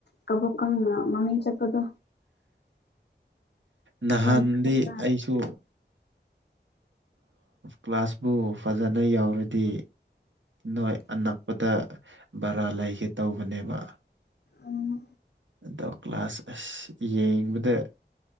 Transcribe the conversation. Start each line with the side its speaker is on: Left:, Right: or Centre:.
Left: ꯀꯕꯣꯀꯥꯡ ꯃꯃꯤ ꯆꯠꯄꯗꯨ
Right: ꯅꯍꯥꯟꯗꯤ
Left: ꯎꯝ ꯈꯪꯕ꯭ꯔꯥ
Right: ꯑꯩꯁꯨ ꯀ꯭ꯂꯥꯁꯄꯨ ꯐꯖꯅ ꯌꯥꯎꯔꯗꯤ ꯅꯣꯏ ꯑꯅꯛꯄꯗ ꯕꯔꯥ ꯂꯩꯒꯦ ꯇꯧꯕꯅꯦꯕ
Left: ꯎꯝ
Right: ꯑꯗꯣ ꯀ꯭ꯂꯥꯁ ꯑꯁ ꯌꯦꯡꯕꯗ